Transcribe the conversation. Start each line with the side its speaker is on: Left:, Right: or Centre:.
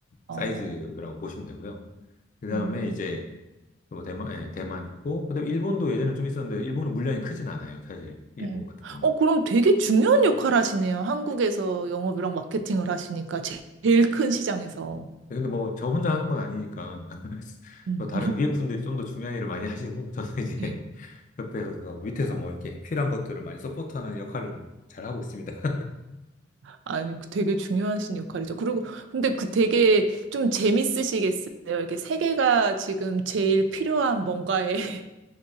Right: 어,
Left: 사이즈라고 보시면 되고요. 그 다음에
Right: 어,
Left: 이제 또 대만, 예, 대만 있고, 그다음에 일본도 예전에 좀 있었는데 일본은 물량이 크진 않아요. 사실 일본
Right: 예.
Left: 같은 경우는.
Right: 어, 그럼 되게 중요한 역할 하시네요. 한국에서 영업이랑 마케팅을 하시니까 제- 제일 큰 시장에서.
Left: 근데 뭐 저 혼자 하는 건 아니니까 <laughs>
Right: 음.
Left: 저 다른 위에 분들이 좀 더 중요한 일을 많이 하시고 <laughs> 저는 이제
Right: <laughs>
Left: 옆에서 뭐 밑에서 뭐 이렇게 필요한 것들을 많이 서포트하는 역할을 잘 하고 있습니다. <laughs>
Right: 아니, 그 되게 중요하신 역할이죠. 그리고, 근데 그 되게 좀 재밌으시겠어요. 이렇게 세계가 지금 제일 필요한 뭔가에 <laughs>